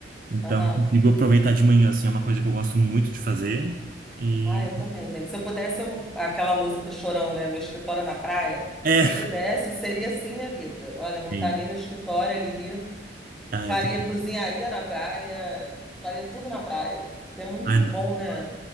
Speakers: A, on the right; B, in the centre.
A: Então,
B: Aham.
A: eu consigo aproveitar de manhã, assim. É uma coisa que eu gosto muito de fazer. E...
B: Ai, eu também, gente. Se eu pudesse, eu... aquela música do Chorão, né? Meu escritório é na praia.
A: É...
B: Se eu pudesse, seria assim minha vida.
A: <laughs>
B: Olha, montaria
A: Sim.
B: meu escritório ali,
A: Ah,
B: faria,
A: eu tô...
B: cozinharia na praia, faria tudo na praia. É muito
A: Ai,
B: bom, né?